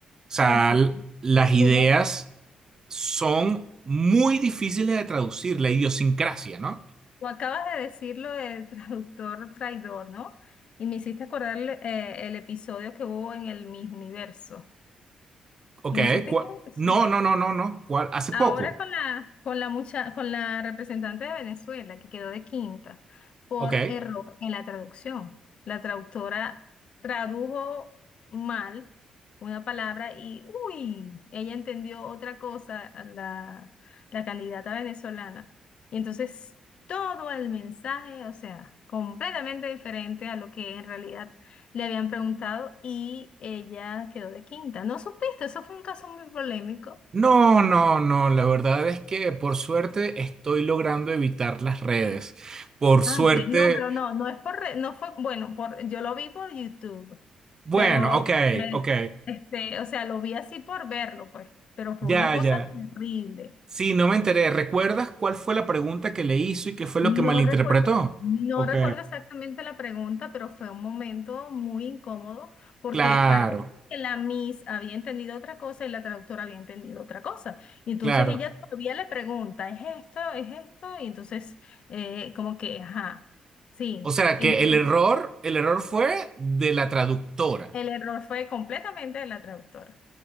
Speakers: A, on the right; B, on the left.
A: O sea,
B: Por supuesto.
A: l- las ideas
B: Tú me,
A: son muy difíciles de traducir, la idiosincrasia, ¿no?
B: tú acabas de decirlo del traductor traidor, ¿no? Y me hiciste acordar el, eh, el episodio que hubo en el Miss Universo.
A: Ok,
B: ¿No supiste
A: ¿cuál-
B: eso?
A: No, no, no, no, no. ¿Cuál? Hace
B: Ahora
A: poco.
B: con la, con la mucha, con la representante de Venezuela, que quedó de quinta por
A: Ok.
B: error en la traducción. La traductora tradujo mal una palabra y, uy, ella entendió otra cosa, a la, la candidata venezolana. Y entonces todo el mensaje, o sea, completamente diferente a lo que en realidad le habían preguntado y ella quedó de quinta. ¿No supiste? Eso fue un caso muy polémico.
A: No, no, no. La verdad es que por suerte estoy logrando evitar las redes. Por
B: Ah,
A: suerte.
B: ok. No, pero no, no es por, re- no fue, bueno, por, yo lo vi por YouTube,
A: Bueno,
B: pero,
A: ok,
B: eh,
A: ok.
B: este, o sea, lo vi así por verlo, pues, pero fue
A: Ya,
B: una cosa
A: ya.
B: terrible.
A: Sí, no me enteré. ¿Recuerdas cuál fue la pregunta que le hizo y qué fue lo
B: No
A: que malinterpretó?
B: recuerdo, no
A: Ok.
B: recuerdo exactamente la pregunta, pero fue un momento muy incómodo porque
A: Claro,
B: parece que la Miss había entendido otra cosa y la traductora había entendido otra cosa. Y entonces
A: claro.
B: ella todavía le pregunta, ¿es esto? ¿Es esto? Y entonces, eh, como que, ajá, sí.
A: O sea
B: Y
A: que el error, el error fue de la traductora.
B: El error fue completamente de la traductora,